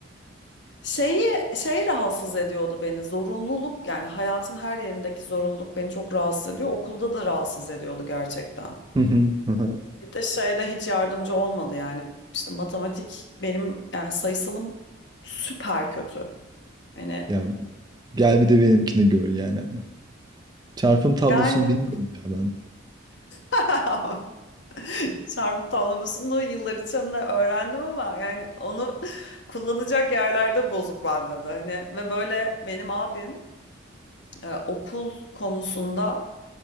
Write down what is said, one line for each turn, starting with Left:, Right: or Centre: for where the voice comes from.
Left: şeyi şey rahatsız ediyordu beni. Zorunluluk yani hayatın her yerindeki zorunluluk beni çok rahatsız ediyor. Okulda da rahatsız ediyordu gerçekten.
Right: Hı hı, hı hı.
Left: Bir de şeye de hiç yardımcı olmadı yani. İşte matematik benim yani sayısalım süper kötü. Hani
Right: Ya gel bir de benimkini gör yani. Çarpım tablosunu
Left: yani
Right: bilmiyorum ya ben.
Left: <laughs> çarpım tablosunu yıllar içinde öğrendim ama yani onu kullanacak yerlerde bozuk bende de. Hani ve böyle benim abim e, okul konusunda